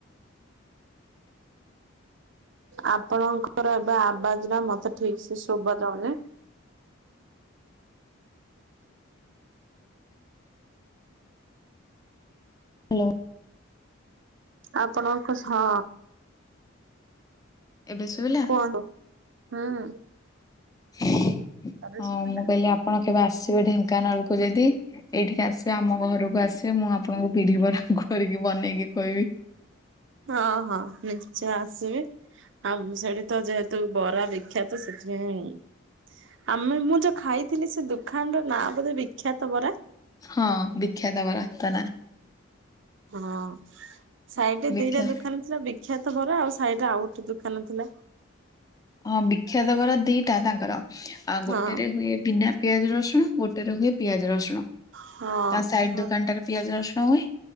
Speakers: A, on the right; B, on the left.
A: ଆପଣଙ୍କର ଏବେ ଆବାଜ ଟା ମତେ ଠିକ ସେ ଶୁଭା ଯାଉନି।
B: ହ୍ୟାଲୋ।
A: ଆପଣଙ୍କ ସହ
B: ଏବେ ଶୁବିଲା?
A: କୁହନ୍ତୁ? ହୁଁ।
B: ହଁ
A: ଏବେ ଶୁଭିଲା।
B: ମୁଁ କହିଲି ଆପଣ କେବେ ଆସିବେ ଢେଙ୍କାନାଳ କୁ ଯଦି ଏଇଠିକି ଆସିବେ ଆମ ଘରକୁ ଆସିବେ ମୁଁ ଆପଣଙ୍କୁ ବିରିବରା କରିକି ବନେଇକି ଖୋଇବି।
A: ହଁ ହଁ ନିଶ୍ଚୟ ଆସିବି ଆଉ ସେଠି ତ ଯେହେତୁ ବରା ବ ବିକ୍ଷାତ ସେଥିପାଇଁ ଆମେ ମୁଁ ଯୋଉ ଖାଇଥିଲି ସେ ଦୋକାନ ର ନାଁ ବୋଧେ ବି ବିଖ୍ୟାତ ବରା।
B: ହଁ ବିଖ୍ୟାତ ବରା ଆତ ନା।
A: ହଁ ସାଇଟରେ
B: ବିଖ୍ୟା
A: ଦିଟା ଦୋକନ ଥିଲା ବିଖ୍ୟାତ ବରା ଆଉ ସାଇଟ ରେ ଆଉ ଗୋଟେ ଦୋକାନ ଥିଲା।
B: ହଁ ବିଖ୍ୟାତବରା ଦିଟା ତାଙ୍କର ଆ
A: ହଁ।
B: ଗୋଟେରେ ହୁଏ ବିନା ପିଆଜ ରସୁଣ ଗୋଟେରେ ହୁଏ ପିଆଜ ରସୁଣ
A: ହଁ
B: ତା ସାଇଡ
A: ହଁ
B: ଦୋକାନ ଟାରେ ପିଆଜ ରସୁଣ ହୁଏ।